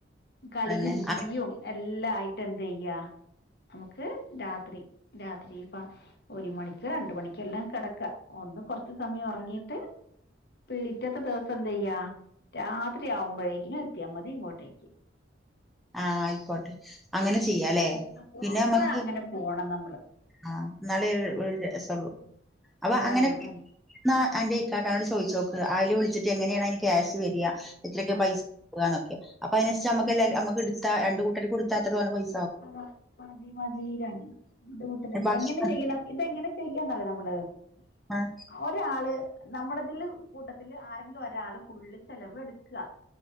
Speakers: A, on the left; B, in the centre.
A: കളിയും
B: അതന്നെ
A: ചിരിയും
B: ആ
A: എല്ലാ ആയിട്ട് എന്ത് ചെയ്യാ നമുക്ക് രാത്രി രാത്രിപ്പ ഒരു മണിക്ക് രണ്ട മണിക്ക എല്ലാം കിടക്കാം ഒന്ന് കൊറച്ച് സമയം ഉറങ്ങീട്ട് പിറ്റത്തെ ദിവസം എന്ത ചെയ്യാ രാത്രി ആവുമ്പോഴേക്കിനും എത്തിയാൽ മതി ഇങ്ങോട്ടേക്ക്
B: ആഹ ആയിക്കോട്ടെ അങ്ങനെ ചെയ്യല്ലേ
A: പോകുമ്പോഴ
B: പിന്നെ നമ്മക്ക്
A: അങ്ങനെ പോണം നമ്മള്
B: ആഇനലെ ഒരു രസം ഉള്ളു അപ്പൊ
A: അതാണ്
B: അങ്ങനെ ഒക്കെയാണ്
A: അതാണ്
B: അന്റഇക്കാനോട് ചോദിച്ച നോക്ക് ആയില് വിളിച്ചിട്ട് എങ്ങനെയാണ് അയ്ന് കൃഷ്എത്രൊക്ക
A: ആഹ്
B: പൈസ പോവ എന്നൊക്കെ അപ്പൊ അതിനച്ച് നമ്മക്ക് രണ്ട് കൂട്ടര്ക്ക് എടുത്താ അത്രപൈസ
A: ആ മതി മതിരണ്ട് കുട്ട
B: ഭക്ഷണം
A: എങ്ങനെ ചെയണം ഇതെങ്ങനെ ചെയ്യന്ന നമ്മൾ ഒരാൾ
B: ആഹ്
A: ഒരാൾനമ്മളതില് കൂട്ടത്തില്ൽ ആരെങ്കിലും ഒരാള് ഫുൾ ചെലവ് എടുക്കുക